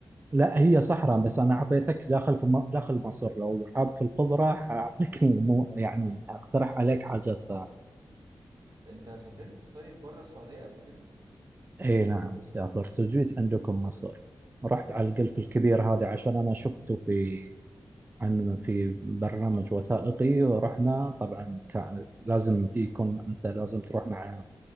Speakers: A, on the right (about 25°); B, on the right (about 55°).
A: لا هي صحراء بس أنا أعطيتك داخل في م- داخل مصر لو حاب في الخضرة أعطيك <laughs> مو يعني أقترح عليك حاجات ثانية
B: انت سافرت طيب بره السعودية قبل كده
A: إي نعم سافرت وجيت عندكم مصر رحت على القلف الكبير هذا عشان أنا شفته في عن في برنامج وثائقي ورحنا طبعا كان لازم يكون أنت لازم تروح مع